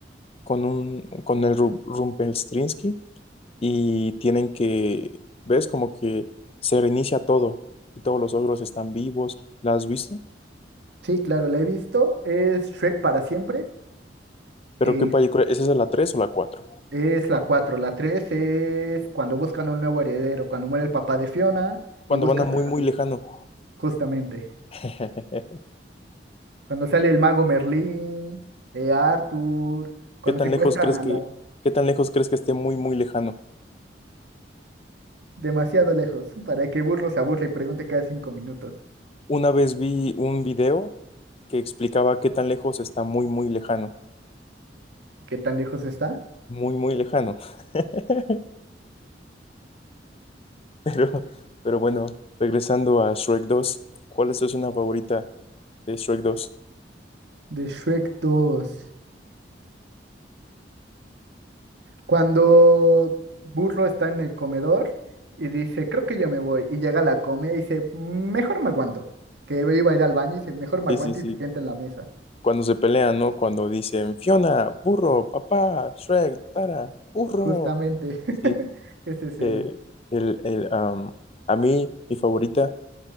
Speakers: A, on the left; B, on the right.
A: con un, con el Ru- Rumpelstiltskin, y tienen que, ves, como que se reinicia todo, y todos los ogros están vivos, ¿la has visto?
B: Sí, claro, la he visto. Es Shrek para siempre.
A: Pero
B: eh,
A: ¿qué película? ¿Esa es la tres o la cuatro.
B: Es la cuatro La 3 es cuando buscan un nuevo heredero, cuando muere el papá de Fiona
A: Cuando
B: y buscan
A: van a muy,
B: al-
A: muy lejano.
B: justamente.
A: <laughs>
B: Cuando sale el mago Merlín, eh, Arthur, cuando
A: ¿Qué tan
B: secuestran
A: lejos crees
B: a
A: que,
B: la...
A: qué tan lejos crees que esté muy, muy lejano?
B: demasiado lejos, para que Burro se aburra y pregunte cada cinco minutos.
A: Una vez vi un video que explicaba qué tan lejos está muy, muy lejano,
B: ¿Qué tan lejos está?
A: muy, muy lejano. <laughs> Pero, pero bueno, regresando a Shrek 2, ¿cuál es tu escena favorita de Shrek 2?
B: De Shrek dos Cuando Burro está en el comedor y dice, creo que yo me voy, y llega a la comida y dice, mejor me aguanto. Que iba a ir al baño y dice, mejor me
A: Sí,
B: aguanto
A: sí, sí.
B: y se sienta en la mesa.
A: Cuando se pelean, ¿no? Cuando dicen Fiona, burro, papá, Shrek, Tara, burro.
B: Justamente <laughs>
A: Sí, sí.
B: esa escena.
A: Eh, el, el, am, a mí, mi favorita.